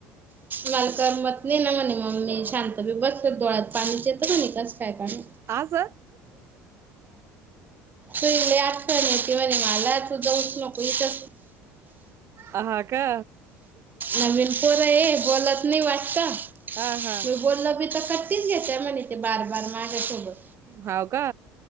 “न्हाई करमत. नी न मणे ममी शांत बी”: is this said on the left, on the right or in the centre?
Right